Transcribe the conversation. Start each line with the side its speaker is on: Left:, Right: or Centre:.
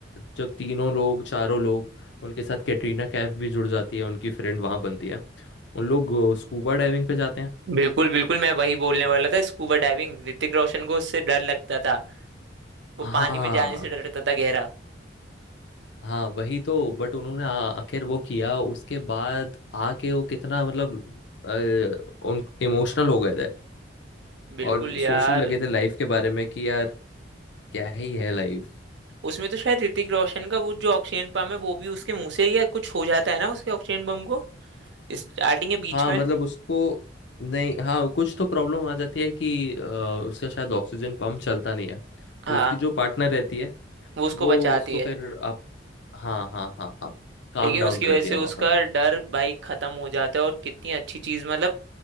Left: जब तीनों लोग चारों लोग उनके साथ कैटरीना कैफ भी जुड़ जाती है उनकी फ्रेंड वहां बनती है उन लोग स्कूबा डाइविंग पे जाते हैं
Right: बिल्कुल बिल्कुल मैं वही बोलने वाला था स्कूबा डाइविंग ऋतिक रोशन को उससे डर लगता था वो
Left: हाँ
Right: पानी में जाने से डरता था गहरा
Left: हाँ वही तो बट उन्होंने आ- आखिर वो किया उसके बाद आके वो कितना मतलब अ, उन इमोशनल हो गए थे
Right: बिल्कुल
Left: और
Right: यार
Left: सोचने लगे थे लाइफ के बारे में कि यार क्या ही है लाइफ
Right: उसमें तो शायद ऋतिक रोशन का वो जो ऑक्सीजन पंप है वो भी उसके मुंह से ही या कुछ हो जाता है ना उसके ऑक्सीजन पंप को स्टार्टिंग के बीच
Left: हाँ
Right: में
Left: मतलब उसको नहीं हाँ कुछ तो प्रॉब्लम आ जाती है कि अ, उसका शायद ऑक्सीजन पंप चलता नहीं है
Right: हाँ
Left: तो उसकी जो पार्टनर रहती है
Right: वो उसको
Left: वो
Right: बचाती
Left: उसको
Right: है
Left: फिर आप हाँ हाँ हाँ हाँ काम
Right: लेकिन
Left: डाउन
Right: उसकी
Left: करती
Right: वजह से
Left: है वहां
Right: उसका
Left: पर
Right: डर भाई खत्म हो जाता है और कितनी अच्छी चीज मतलब